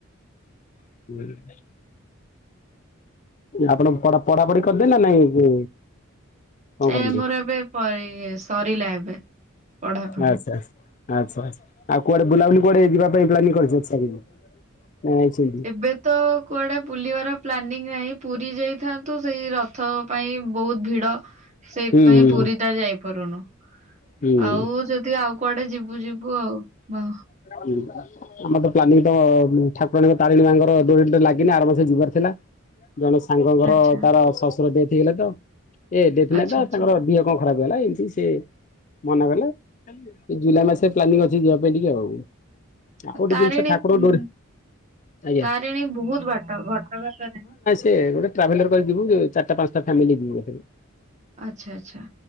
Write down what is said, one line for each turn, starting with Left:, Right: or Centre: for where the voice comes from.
Left: <unintelligible> ଆପଣ ପଢା ପଢି କରିଦେଲେ ନା ନାଇଁ କରନ୍ତି
Right: ଏ ମୋର ଏବେ ସରିଲା ଏବେ। ପଢାପଢି।
Left: ଆଛା ଆଛା ଆଉ କୁଆଡେ ବୁଲାବୁଲି କୁଆଡେ ଯିବା ପାଇଁ ପ୍ଲାନିଙ୍ଗ କରିଛ? <unintelligible>
Right: ଏବେ ତ କୁଆଡେ ବୁଲିବାର ପ୍ଲାନିଂ ନାହିଁ ପୁରୀ ଯାଇ ଥାନ୍ତୁ ସେଇ ରଥ ପାଇଁ ବହୁତ ଭିଡ ସେଇଥିପାଇଁ
Left: ହୁଁ ହୁଁ।
Right: ପୁରୀଟା ଯାଇପାରୁନୁ।
Left: ହୁଁ ହୁଁ।
Right: ଆଉ ଯଦି ଆଉ କୁଆଡେ ଯିବୁ ଯିବୁ ଆଉ ଵ
Left: <inaudible> ଆମର ତ ପ୍ଲାନିଂ ତ ଠାକୁରାଣୀ ର ତାରିଣୀ ମା ଙ୍କର ଡୋରୀ ତ ଲାଗିନି ଆର ବର୍ଷ ଯିବାର ଥିଲା। ଜଣେ ସାଙ୍ଗଙ୍କର
Right: ଆଚ୍ଛା
Left: ତାର ଶଶୁର ଡେଥ ହୋଇଗଲା ତ ଏ ଡେଥ
Right: ଆଚ୍ଛା
Left: ନାଇଁ ତ
Right: ଆଚ୍ଛା।
Left: ତାଙ୍କର ଝିଅ କଣ ଖରାପ ହେଇଗଲା ଏନ୍ ସିନତି ସେ ମନା କଲା ଜୁଲାଇ ମାସରେ ପ୍ଲାନିଂ ଅଛି ଯିବା ପାଇଁ ଟିକେ ଆଉ ଆଉ ଗୋଟେ
Right: ତାରିଣୀ
Left: ଜିନିଷ ଠାକୁରଙ୍କ
Right: ଉଁ
Left: ଡୋରି ଆଜ୍ଞା
Right: ତାରିଣୀ ବହୁତ ବାଟ ଘଟଗାଁ ତାରଣୀ।
Left: ଏ ଗୋଟେ ଟଟ୍ରାଭେଲର କରି ଯିବୁ ଚାରଟା ପାଞ୍ଚଟା ଫାମିଲି ଯିବୁ <unintelligible>
Right: ଆଛା ଆଛା